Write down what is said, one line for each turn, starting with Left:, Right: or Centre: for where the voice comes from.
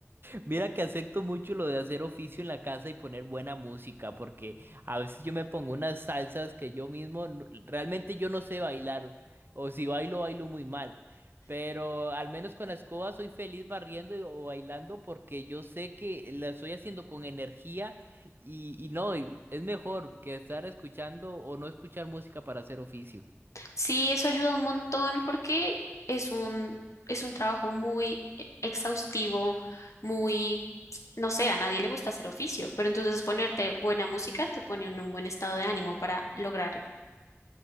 Right: Mira que acepto mucho lo de hacer oficio en la casa y poner buena música, porque a veces yo me pongo unas salsas que yo mismo, n- realmente yo no sé bailar, o si bailo, bailo muy mal, pero al menos con la escoba soy feliz barriendo y- o bailando porque yo sé que la estoy haciendo con energía y, y no, y es mejor que estar escuchando o no escuchar música para hacer oficio.
Left: Sí, eso ayuda un montón porque es un, es un trabajo muy e- exhaustivo, muy, no sé, a nadie le gusta hacer oficio, pero entonces ponerte buena música te pone en un buen estado de ánimo para lograr